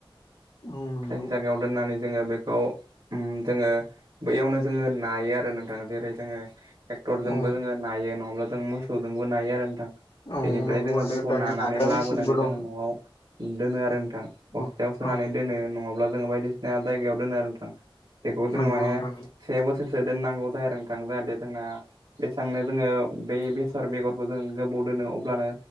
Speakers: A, on the left; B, on the right.
A: औ नंगौ
B: थाइसे जायागायाव दोननानै जोङो बेखौ उम जोङो बैयावनो जोङो नायो आरो नोंथां जेरै जोङो ट्रेक्टरजोंबो
A: औ
B: जोङो नायो नङाब्ला जों मोसौजोंबो नायो आरो नोंथां।
A: औ
B: बेनिफ्राय
A: नंगौ
B: जोङो
A: आरो
B: बैखौ
A: दानिया
B: नानानै
A: नाग्रा
B: लाबोनानै
A: मेसिनबो दं
B: जोङो न'आव दोनो आरो नोंथां बस्थायाव
A: औ
B: सोनानै
A: औ
B: दोनो नङाब्ला जोङो बायदिसिना जायगायाव दोनो आरो नोंथां। बेखौ जोङो
A: नंगौ
B: माने
A: नोंथां
B: से बोसोरसो दोननांगौ जायो आरो नोंथां जाहाथे जोंना जेसांनो जोङो बे बेसर बेगरखौ जोङो गोबौ दोनो अब्लानो